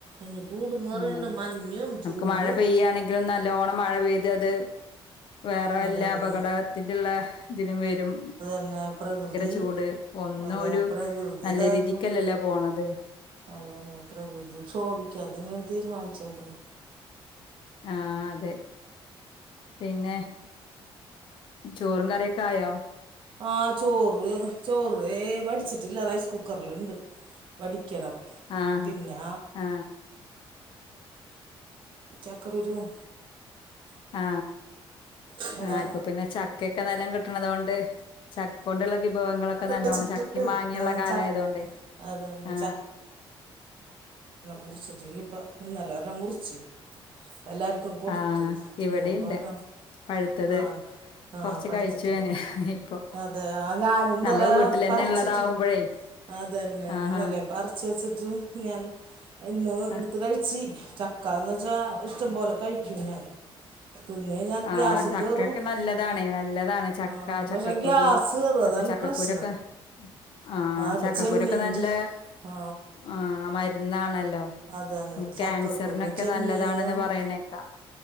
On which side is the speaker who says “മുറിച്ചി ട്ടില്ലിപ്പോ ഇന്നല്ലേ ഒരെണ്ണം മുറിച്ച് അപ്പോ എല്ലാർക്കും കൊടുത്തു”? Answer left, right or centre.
Right